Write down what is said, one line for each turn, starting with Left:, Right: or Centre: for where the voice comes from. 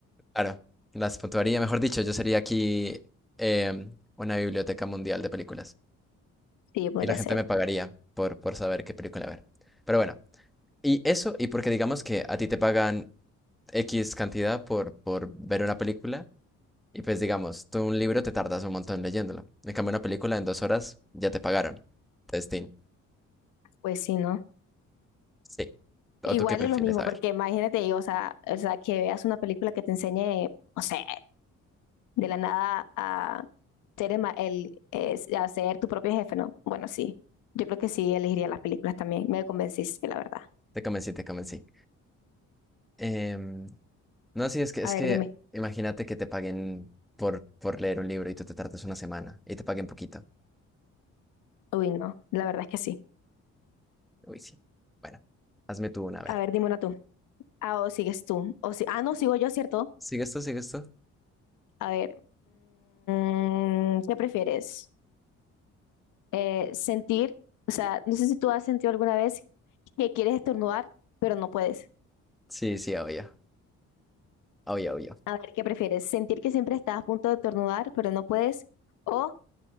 Centre: claro, las puntuaría, mejor dicho, yo sería aquí em, una biblioteca mundial de películas
Left: Sí, podría
Centre: y la gente
Left: ser.
Centre: me pagaría por, por saber qué película ver. Pero bueno, y eso, y porque digamos que a ti te pagan X cantidad por, por ver una película. Y pues digamos, tú un libro te tardas un montón leyéndolo. En cambio, una película en dos horas ya te pagaron. testing
Left: Pues sí, ¿no?
Centre: Sí. ¿O
Left: Igual
Centre: tú qué prefieres?
Left: es lo mismo,
Centre: A
Left: porque
Centre: ver.
Left: imagínate, o sea, o sea, que veas una película que te enseñe, no sé. de la nada a ser, el, ma- el, eh, a ser tu propio jefe, ¿no? Bueno, sí, yo creo que sí elegiría las películas también. Me convenciste, la verdad.
Centre: Te convencí, te convencí. Em, no, sí, es que,
Left: A
Centre: es
Left: ver,
Centre: que
Left: dime.
Centre: imagínate que te paguen por, por leer un libro y tú te tardas una semana y te paguen poquito.
Left: Uy, no, la verdad es que sí.
Centre: Uy, sí. Bueno, hazme tú una, a ver.
Left: A ver, dime una tú. Ah, o sigues tú. O si... Ah, no, sigo yo, ¿cierto?
Centre: ¿Sigue esto? ¿Sigue esto?
Left: A ver, mm, ¿qué prefieres? Eh, sentir, o sea, no sé si tú has sentido alguna vez que quieres estornudar, pero no puedes.
Centre: Sí, sí, obvio. Obvio, obvio.
Left: A ver, ¿qué prefieres? ¿Sentir que siempre estás a punto de estornudar, pero no puedes? ¿O